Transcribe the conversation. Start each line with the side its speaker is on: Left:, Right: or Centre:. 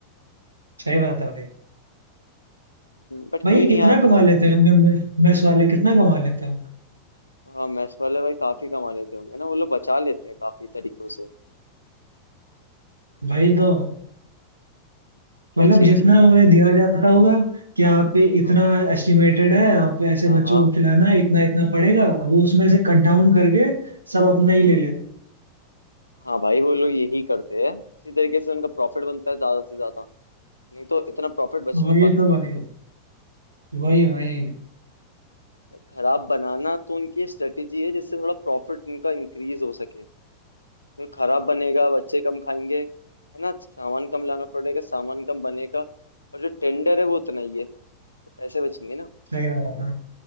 Right: सही बात है भाई
Left: बट
Right: भाई
Left: कोई नहीं
Right: कितना
Left: यार
Right: कमा लेते होंगे मैं- मेस वाले कितना कमा लेते होंगे
Left: हाँ मैस वाले भाई काफी कमा लेते होंगे ना वो लोग बचा लेते हैं काफी तरीकों से
Right: भाई तो
Left: क्या
Right: मतलब
Left: चीज
Right: जितना उन्हें दिया जाता होगा कि आप पे इतना
Left: हाँ
Right: एस्टिमेटेड है आप ऐसे
Left: हाँ
Right: बच्चों
Left: हाँ
Right: को खिलाना है इतना इतना पड़ेगा वो उसमें से कट डाउन करके सब अपना ही ले लेते
Left: हाँ भाई वो लोग यही करते हैं इसी तरीके से उनका प्रॉफिट बनता है ज्यादा से ज्यादा नहीं तो इतना प्रॉफिट बच
Right: हैं
Left: नहीं
Right: वही
Left: पाता
Right: तो
Left: ना
Right: भाई
Left: आजकल
Right: वही वही
Left: Like, खराब बनाना तो उनकी स्ट्रेटेजी है जिससे थोड़ा प्रॉफिट उनका इंक्रीज हो सके फिर खराब बनेगा बच्चे कम खाएंगे है ना सामान कम लाना पड़ेगा सामान कम बनेगा और जो टेंडर है वो उतना ही है तो पैसे बचेंगे ना
Right: सही बात है